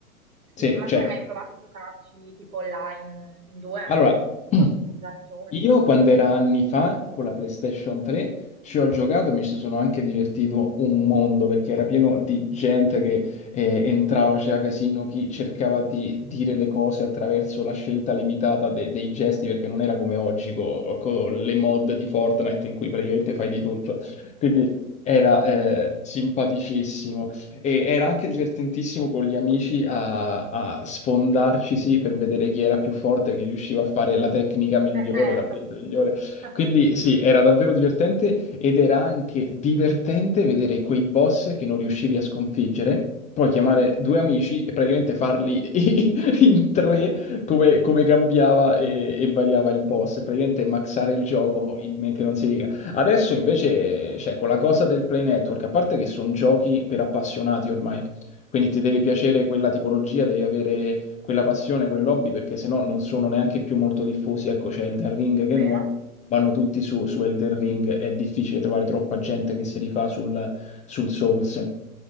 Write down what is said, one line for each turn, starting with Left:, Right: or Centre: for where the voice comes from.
Right: Sì,
Left: Sì,
Right: ma
Left: cioè,
Right: tu hai mai provato a giocarci tipo online in due?
Left: allora.
Right: Tipo
Left: <clears throat>
Right: su Dark Souls?
Left: Io quando era anni fa con la PlayStation 3 ci ho giocato e mi ci sono anche divertito un mondo perché era pieno di gente che eh, entrava, c'era casino, chi cercava di dire le cose attraverso la scelta limitata de- dei gesti perché non era come oggi co- con le mod di Fortnite in cui praticamente fai di tutto.
Right: Sì,
Left: Quindi era eh, simpaticissimo. E era anche divertentissimo con gli amici a, a sfondarci, sì, per vedere chi era più forte, chi riusciva a fare la tecnica migliore,
Right: beh certo.
Left: la build migliore.
Right: <laughs>
Left: Quindi sì, era davvero divertente ed era anche divertente vedere quei boss che non riuscivi a sconfiggere, poi chiamare due amici e praticamente farli <laughs> in tre, come, come cambiava e, e variava il boss, e praticamente maxare il gioco in men che non si dica. Adesso invece,
Right: Sì,
Left: cioè, con la cosa del Play Network, a parte che sono giochi per appassionati ormai, quindi ti deve piacere quella tipologia, devi avere quella passione, quell'hobby, perché sennò non sono neanche più molto diffusi. Ecco, c'è Elden Ring che
Right: vero?
Left: è nuovo, vanno tutti su, su Elden Ring, è difficile trovare troppa gente che si rifà sul, sul Souls.